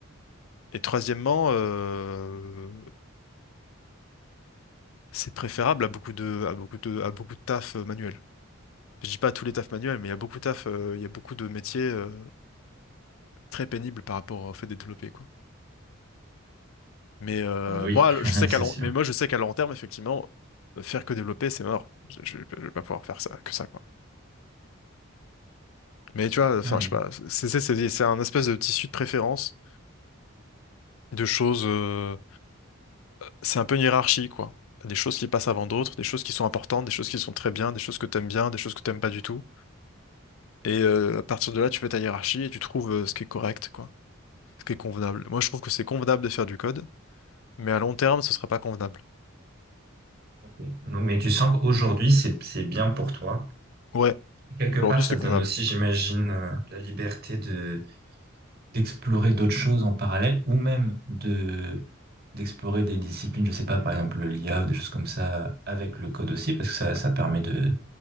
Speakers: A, on the left; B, on the right.
A: Et troisièmement, euh, c'est préférable à beaucoup de, à beaucoup de, à beaucoup de taf euh, manuel. Je dis pas à tous les tafs manuels, mais il y a beaucoup de taf, euh, il y a beaucoup de métiers euh, très pénibles par rapport au fait de développer, quoi. Mais euh,
B: Ah Oui,
A: moi,
B: <laughs>
A: je sais qu'à
B: c'est
A: long,
B: sûr.
A: mais moi, je sais qu'à long terme, effectivement, euh, faire que développer, c'est mort. Je, je, vais pas je vais pas pouvoir faire ça, que ça, quoi. Mais tu vois, enfin,
B: Hmm.
A: je sais pas. C'est c'est- c'est- c'est un espèce de tissu de préférence, de choses. euh, c'est un peu une hiérarchie, quoi. T'as des choses qui passent avant d'autres, des choses qui sont importantes, des choses qui sont très bien, des choses que t'aimes bien, des choses que t'aimes pas du tout. Et euh, à partir de là, tu fais ta hiérarchie et tu trouves euh, ce qui est correct, quoi. Ce qui est convenable. Moi, je trouve que c'est convenable de faire du code, mais à long terme, ce sera pas convenable.
B: Ok. Non, mais tu sens qu'aujourd'hui, c'est c'est bien pour toi.
A: Ouais,
B: Quelque
A: aujourd'hui,
B: part, ça
A: c'est
B: te
A: convenable.
B: donne aussi, j'imagine, euh, la liberté de d'explorer d'autres choses en parallèle ou même de d'explorer des disciplines, je sais pas, par exemple l'IA ou des choses comme ça, avec le code aussi, parce que ça, ça permet de